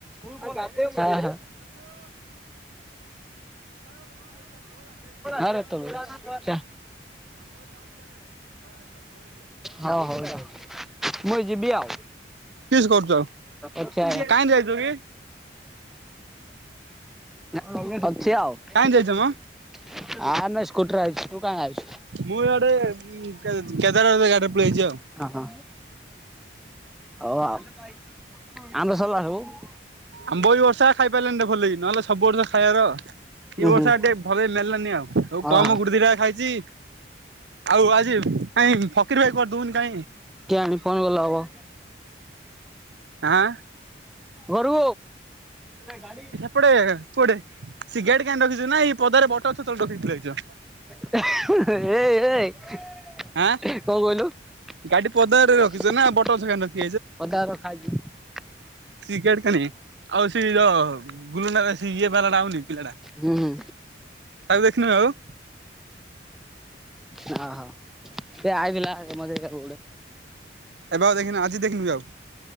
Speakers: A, in the centre; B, on the right.
A: ହଁ ହଁ। ଆରେ ତଳକୁ ଚା ହଁ ହଉ ର ମୁଯିବି ଆଉ
B: କରୁଛ
A: ଆଚ୍ଛା।
B: କାହିଁ ଯାଇଛୁ କି
A: ହଁ ହଁ ଭଛି ଆଉ। ଆନ
B: କାହିଁ ଯାଇଛ ମ
A: ସ୍କୁଟିରେ ଆଇଚି ତୁ କାଇଁ ଆଇଚୁ?
B: ମୁଁ ଇଆଡ଼େ କେ କେଦୋର ଦାଦା ଗାଡ଼ରେ ପଳିଆଇଚି ଆଉ।
A: ଓହୋ ଓଉ ଆମ୍ବ ସରିଲା ସବୁ?
B: ଆମ୍ବବି ବର୍ଷା ଖାଇ ପାରିଲାନି ଟିକେ ଭଲକି ନହେଲେ ସବୁ ବର୍ଷ ଖାଇବାକଥା। ଏଇ
A: ଉଁ
B: ବର୍ଷା
A: ହୁଁ
B: ଟିକେ ଭଲକି ମେଲାନି ଆଉ ଆଉ କମ୍
A: ଓହୋ
B: ଗୁଟେ ଦିଇଟା ଖାଇଛି ଆଉ ଆଜି କାଇଁ ଫକୀର ଭାଇ କରିଦଉନି କାଇଁ
A: କେଆଣି ଫୋନ୍ କଲେ ହବ।
B: ଆଁ
A: ଗରୁ ଗାଡି
B: କୋଟେ କୁଆଡେ ସିଗଟ କାଁ ରଖିଛୁ ନା ଏଇ ପଦାରେ ବଟଲ ରଖିଛ।
A: ଏଇ ଏଇ କଣ
B: ଆଁ
A: କହିଲୁ।
B: ଗାଡି ପଦାରେ
A: ଅଦା
B: ରଖିଛ ନା ବଟ ଗଛ
A: ର
B: କାହିଁ ରଖି
A: ଖାଇଛ।
B: ସଟଣି ଆଉ ସେ ଯ ଗୁଲୁ ଇଏ ବାଲାଟା ହଉନି ପିଲା ଟା
A: ହୁଁ ହୁଁ
B: ତାକୁ ଦେଖିନୁ ଆଉ
A: ହଁ ହଁ ସେ ଆଇ ଭଥିଲା ମ କେଡେ
B: ଏବେ ଆଉ ଦେଖିନି ଆଜି ଦେଖିନୁ ଆଉ